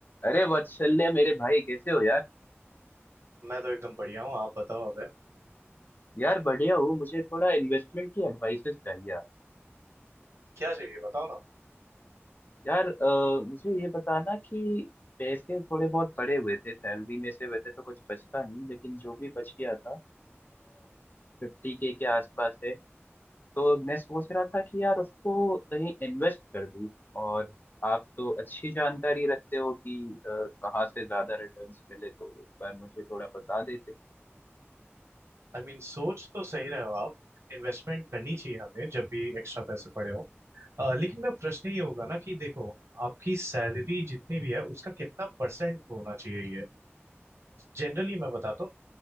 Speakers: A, on the left; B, on the right.
A: अरे वत्सल्य मेरे भाई कैसे हो यार
B: मैं तो एकदम बढ़िया हूँ आप बताओ अब
A: यार बढ़िया हो मुझे थोड़ा इन्वेस्टमेंट की एडवाइसेस चाहिए आप
B: क्या चाहिए बताओ ना
A: यार अ, मुझे ये बताना कि पैसे थोड़े बहुत पड़े हुए थे सैलरी में से वैसे तो कुछ बचता नहीं लेकिन जो भी बच गया था फिफ्टी के के आसपास है तो मैं सोच रहा था कि यार उसको कहीं इन्वेस्ट कर दूं और आप तो अच्छी जानकारी रखते हो कि अ, कहाँ से ज्यादा रिटर्न्स मिले तो एक बार मुझे थोड़ा बता देते
B: आई I मीन mean, सोच तो सही रहे हो आप इन्वेस्टमेंट करनी
A: हम्म,
B: चाहिए हमें जब भी एक्स्ट्रा पैसे पड़े हो अ, लेकिन मैं प्रश्न ये होगा ना कि देखो आपकी सैलरी जितनी भी है उसका कितना परसेंट होना चाहिए ये जनरली मैं बताता हूँ